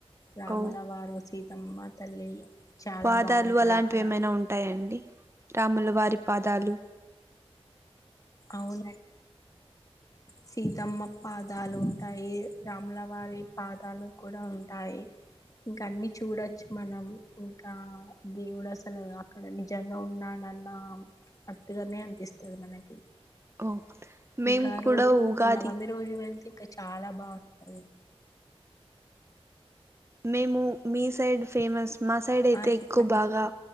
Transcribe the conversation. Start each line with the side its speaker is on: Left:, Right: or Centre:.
Left: రాముల
Right: ఓ
Left: వారు సీతమ్మ తల్లి చాలా
Right: పాదాలు
Left: బాగుంటది
Right: అలాంటివి
Left: అక్కడ
Right: ఏమైనా ఉంటాయండి రాముల వారి పాదాలు.
Left: అవునం సీతమ్మ పాదాలు ఉంటాయి, రాములవారి పాదాలు కూడా ఉంటాయి. ఇంకా అన్ని చూడొచ్చు మనం ఇంకా దేవుడు అసలు అక్కడ ని నిజంగా ఉన్నాడన్నా అట్టుగనే అనిపిస్తది మనకి.
Right: ఓ మేం
Left: ఇంకా ఆ
Right: కూడా
Left: రోజు
Right: ఉగాది
Left: నవమి రోజు వెళ్తే ఇంకా చాలా బావుంటది.
Right: మేము మీ సైడ్ ఫేమస్ మా సైడ్ అయితే
Left: ఆ చెప్పండి
Right: ఎక్కువ బాగా